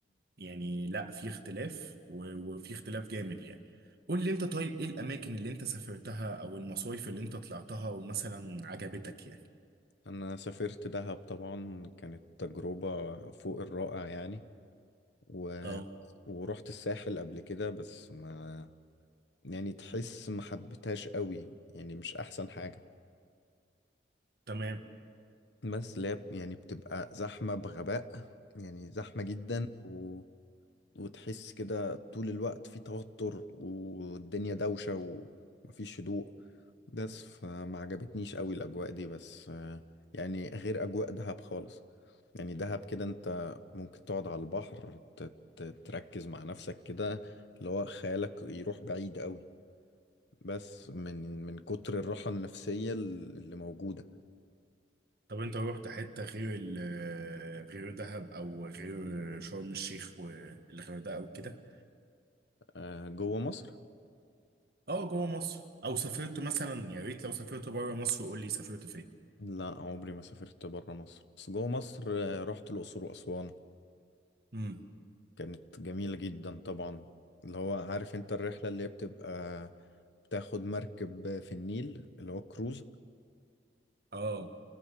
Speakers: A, on the right; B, on the left.
A: يعني لا في اختلاف و- وفي اختلاف جامد يعني قول لي أنت طيب إيه الأماكن اللي أنت سافرتها أو المصايف اللي أنت طلعتها ومثلا عجبتك يعني
B: أنا سافرت دهب طبعا كانت تجربة فوق الرائع يعني و...
A: اه
B: ورحت الساحل قبل كده بس ما يعني تحس ما حبيتهاش قوي يعني مش أحسن حاجة
A: تمام
B: بس لاب يعني بتبقى زحمة بغباء يعني زحمة جدا و... وتحس كده طول الوقت في توتر والدنيا دوشة ومفيش هدوء بس فما عجبتنيش قوي الأجواء دي بس آه، يعني غير أجواء دهب خالص يعني دهب كده انت ممكن تقعد على البحر ت- ت- تركز مع نفسك كده اللي هو خيالك يروح بعيد قوي بس من من كتر الراحة النفسية اللي موجودة
A: طب انت روحت حتة غير ال غير دهب او غير شرم الشيخ والغردقة او كده
B: آه، جوه مصر
A: اه جوه مصر او سافرت مثلا يا ريت لو سافرت بره مصر قول لي سافرت فين
B: لا عمري ما سافرت بره مصر بس جوه مصر آه، رحت الأقصر وأسوان
A: امم
B: كانت جميلة جدا طبعا اللي هو عارف انت الرحلة اللي هي بتبقى بتاخد مركب في النيل اللي هو كروز
A: اه